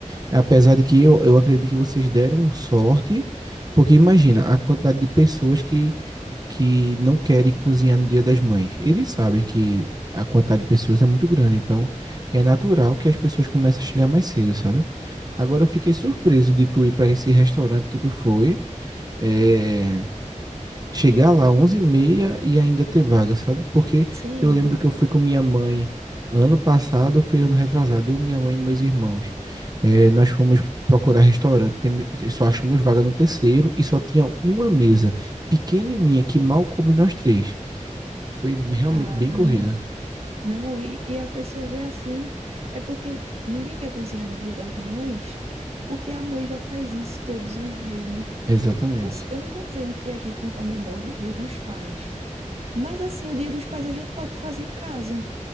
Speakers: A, on the right (about 30°); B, on the right (about 50°).
A: Apesar de que eu, eu acredito que vocês deram sorte, porque imagina a quantidade de pessoas que, que não querem cozinhar no Dia das Mães. Eles sabem que a quantidade de pessoas é muito grande, então é natural que as pessoas comecem a chegar mais cedo, sabe? Agora eu fiquei surpreso de tu ir para esse restaurante que tu foi. é, chegar lá onze e meia e ainda ter vaga, sabe? Porque
B: Sim,
A: eu lembro que eu fui com minha mãe ano passado, ou foi ano retrasado, eu, minha mãe e meus irmãos. Eh, nós fomos procurar restaurante, temos- só achamos vaga no terceiro e só tinha uma mesa pequenininha que mal coube nós três. Foi realmente
B: caramba.
A: bem corrida.
B: Não, e, e a pessoa vê assim, é porque ninguém quer cozinhar no Dia das Mães, porque a mãe já faz isso todos os dias, né?
A: Exatamente.
B: Eu, s- eu não estou dizendo que a gente não comemora o Dia dos Pais, mas assim, o Dia dos Pais a gente pode fazer em casa.